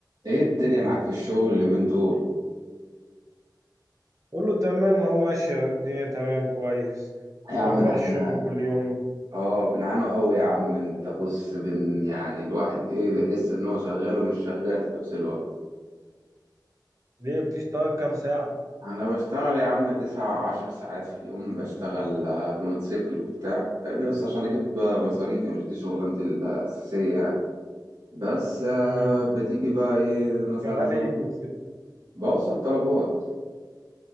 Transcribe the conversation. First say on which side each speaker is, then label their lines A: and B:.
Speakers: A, on the right; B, on the right.
A: ايه الدنيا معاك في الشغل اليومين دول
B: قول له تمام اهو ماشية الدنيا تمام كويس
A: يا عم
B: تروح بقى
A: ده احنا
B: الشغل كل يوم
A: اه بنعانوا قوي يا عم انت بص بن يعني الواحد ايه بيحس ان هو شغال ومش شغال في نفس الوقت
B: ليه بتشتغل كام ساعة؟
A: انا بشتغل يا عم تسع عشر ساعات في اليوم بشتغل آه، بموتوسيكل وبتاع فاهمني بس عشان اجيب آه، مصاريفي مش دي شغلانتي الاساسية يعني بس آه،
B: امم
A: بتيجي بقى ايه مثلا
B: شغال
A: شغل
B: ايه بموتوسيكل؟
A: بوصل طلبات